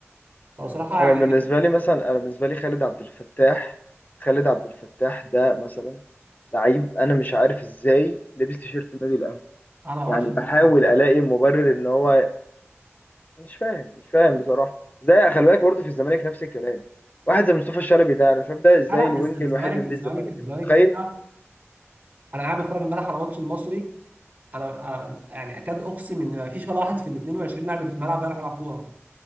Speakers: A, on the right; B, on the left.
A: لا صراحة
B: انا
A: يعني
B: بالنسبه لي مثلا انا بالنسبه لي خالد عبد الفتاح خالد عبد الفتاح ده مثلا لعيب انا مش عارف ازاي لبس تيشيرت النادي الاهلي
A: أنا ما أعرفش
B: يعني
A: لا
B: بحاول الاقي مبرر ان هو مش فاهم مش فاهم بصراحه زي خلي بالك برضه في الزمالك نفس الكلام واحد زي مصطفى الشلبي ده انا مش فاهم ده ازاي
A: لا
B: الوينج
A: الز- الزمالك
B: الوحيد لنادي
A: الزمالك
B: الزمالك
A: الزمالك
B: انت متخيل
A: فرقة أنا قاعد بتفرج امبارح على ماتش المصري أنا أنا يعني أكاد أقسم إن ما فيش ولا واحد في ال 22 لاعب اللي في الملعب بيعرف يلعب كورة